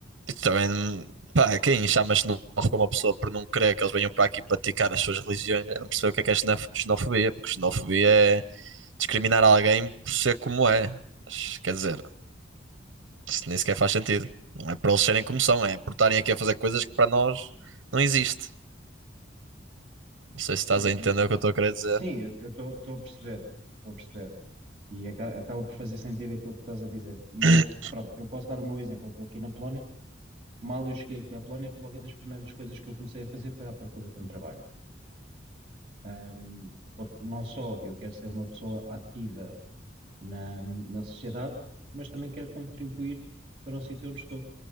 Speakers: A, on the right; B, on the right.
A: isto também, pá, quem chama xenófobo uma pessoa por não querer que eles venham para aqui praticar as suas religiões, eu não percebo o que é que é xenof- xenofobia, porque xenofobia é discriminar alguém por ser como é. Mas, quer dizer, isso nem sequer faz sentido. Não é para eles serem como são, é por estarem aqui a fazer coisas que para nós não existe. Não sei se estás
B: Sim,
A: a entender
B: Mas
A: o que eu estou a querer dizer.
B: sim, eu estou a perceber, estou a perceber. E aca- acaba por fazer sentido aquilo que estás a dizer. E eu,
A: <coughs>
B: pronto, eu posso dar o meu exemplo. Eu estou aqui na Polónia. Mal eu cheguei aqui à Polónia, logo das primeiras coisas que eu comecei a fazer foi à procura de um trabalho. Ahm, porque não só eu quero ser uma pessoa ativa na, na sociedade, mas também quero contribuir para o sítio onde estou.